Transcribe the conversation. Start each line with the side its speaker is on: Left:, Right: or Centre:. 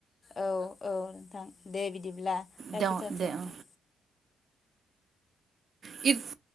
Left: औ औ नोंथां दे बिदिब्ला लाखिथारनोसै
Right: दे दे
Left: नोंथां
Right: औ इफ